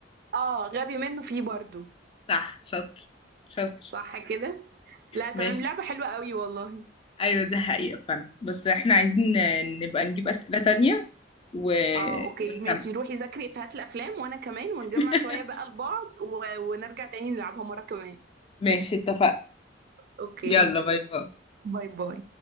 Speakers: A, on the right; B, on the left.
A: اه غبي منه فيه برضو
B: صح شاطر شاطر
A: صح كده لا تمام
B: ماشي
A: لعبه حلوه قوي والله
B: أيوة دي حقيقة فعلا بس احنا عايزين نبقى نجيب أسئلة تانية و...
A: اه اوكي
B: ونكمل
A: ماشي روحي ذاكري افيهات الافلام وانا كمان ونجمع
B: <laughs>
A: شويه بقى لبعض و... ونرجع تاني نلعبها مره كمان
B: ماشي اتفقنا
A: اوكي
B: يلا باي باي
A: باي باي